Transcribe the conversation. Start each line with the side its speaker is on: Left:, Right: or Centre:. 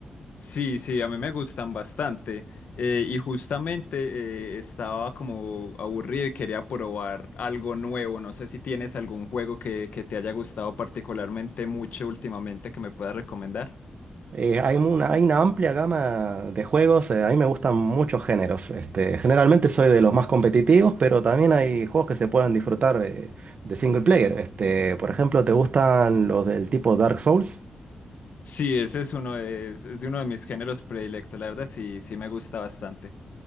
Left: Sí, sí, a mí me gustan bastante. eh, y justamente eh, estaba como aburrido y quería probar algo nuevo. No sé si tienes algún juego que, que te haya gustado particularmente mucho últimamente que me puedas recomendar.
Right: Eh, hay una, hay una amplia gama de juegos, eh, a mí me gustan muchos géneros. Este, generalmente soy de los más competitivos, pero también hay juegos que se pueden disfrutar eh, de single player. Este, por ejemplo, ¿te gustan los del tipo Dark Souls?
Left: Sí, ese es uno de, es de uno de mis géneros predilectos. La verdad, sí, sí me gusta bastante.